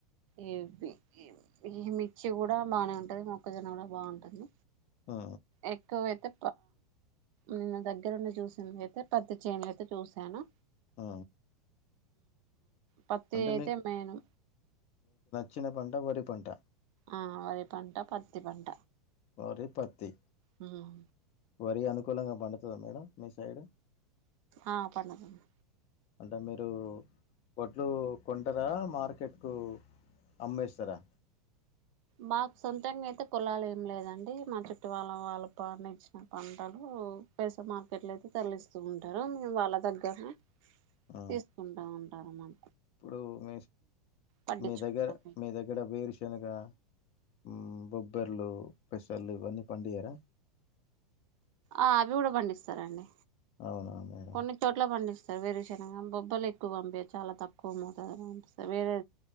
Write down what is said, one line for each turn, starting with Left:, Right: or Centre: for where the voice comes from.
Right: యూపీ ఇవి ఈ మిర్చి కూడా బానే ఉంటది మొక్కజొన్న కూడా బాగుంటది
Left: ఆ!
Right: ఎక్కువేతే నిన్న దగ్గరుండి చూసింది అయితే పత్తి చేను అయితే చూశాను
Left: ఆ
Right: పత్తి
Left: అంటే
Right: అయితే మేను
Left: చిన్న పంట వరి పంట
Right: ఆ వరి పంట పత్తి పంట
Left: వరి పత్తి
Right: మ్మ్
Left: వరి అనుకూలంగా పండుత డుతాదా మేడం మీ సైడ్
Right: ఆ పండుతుంది
Left: అంటే మీరు వడ్లు కొంటారా మార్కెట్ కు అమ్మేస్తారా
Right: మాకు సొంతంగా అయితే పొలాలు ఏం లేదండి మా చుట్టు వాళ్ళ వాళ్ళు పండించిన పంటలు పైసా మార్కెట్ లో అయితే తరలిస్తూ ఉంటారు మేము వాళ్ళ దగ్గరనే
Left: ఆ!
Right: తీసుకుంటా ఉంటా మాట
Left: ఇప్పుడు మీ
Right: పండించుకుంటాం
Left: మీ దగ్గర మీ దగ్గర వేరుశెనగ ఉ బొబ్బెర్లు పెసలు ఇవన్నీ పండియర
Right: ఆ అవి కూడా పండిస్తారండి
Left: అవునా మేడం?
Right: కొన్ని చోట్ల పండిస్తా వేరుశనగం బొబ్బలు ఎక్కువ పంపి చాలా తక్కువ మోత ఉంట సార్ వేరే